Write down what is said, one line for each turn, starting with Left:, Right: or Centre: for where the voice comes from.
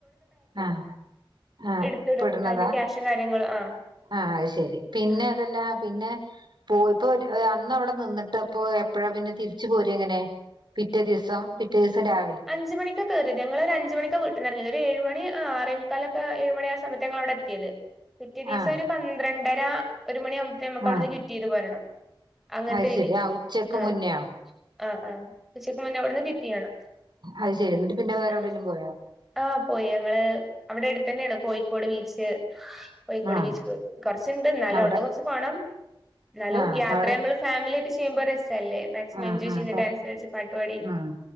Right: ആ ആ
Centre: എടുത്തിടും
Right: ഇപ്പൊ ഇടണതാ
Centre: അതിന്റെ ക്യാഷും കാര്യങ്ങളും ആ
Right: ആ അയ്ഷരി പിന്നെ
Centre: ആ
Right: അതല്ല പിന്നെ പോയീ ഇപ്പ ഒര് അന്ന് അവിടെ നിന്നിട്ട് അപ്പോ എപ്പഴാ പിന്നെ തിരിച്ചു പോരാ ഇങ്ങനെ പിറ്റേ ദിവസം പിറ്റേ ദിവസം രാ
Centre: അഞ്ചു മണിക്കാ കേറാ ഞങ്ങള് ഒരു അഞ്ചു മണിക്കാ വീട്ട്ന്ന് എറങ്ങിയത് ഒരു ഏഴ് മണി ആ ആറെമുക്കാല് ഒക്കെ ഏഴ് മണി ആ സമയത്ത് ഞങ്ങളവിടെ എത്തിയത്. പിറ്റേ ദിവസം
Right: ആഹ്
Centre: ഒരു പന്ത്രണ്ട് അന്നേരാ ഒരു മണി ആവുമ്പോത്തെനും നമ്മക്ക്
Right: ആഹ്
Centre: അവിടുന്ന് ക്വിറ്റ് ചെയ്ത് പോരണം അങ്ങനെത്തെ
Right: അത്
Centre: രീതിക്ക്
Right: ശരി ആഹ് ഉച്ചക്ക്
Centre: ആ
Right: മുന്നെയോ
Centre: ആ ആ ഉച്ചക്ക് മുന്നെ ഇവുട്ന്ന് ക്വിറ്റ് ചെയ്യണം
Right: അയ്ഷെരി എന്നിട്ട് പിന്നെ വേറെ
Centre: ഉം
Right: എവിടേലും പോയോ
Centre: ആഹ് പോയി ഞങ്ങള് അവിടെ അടുത്തന്നെ ആണ് കോയിക്കോട് ബീച്ച് കോയിക്കോട്
Right: ആഹ്
Centre: ബീച്ചിക്ക് പോയീ കൊറച്ചിണ്ട് ന്നാലും
Right: അവിടെ
Centre: അവിടുന്ന് കൊറച്ച് പോണം ന്നാലും
Right: ആഹ്
Centre: യാത്ര
Right: അവിടെ
Centre: ഞമ്മള് ഫാമിലി ആയി ഇഷ് ചെയ്യുമ്പോ രെസ് സല്ലേ മാക്സിമം
Right: ആഹ്
Centre: എൻജോയ്
Right: ആഹ്
Centre: ചെയ്ത്
Right: പെ
Centre: ഡാൻസ് കളിച്ച് പാട്ട് പാടി
Right: ഉം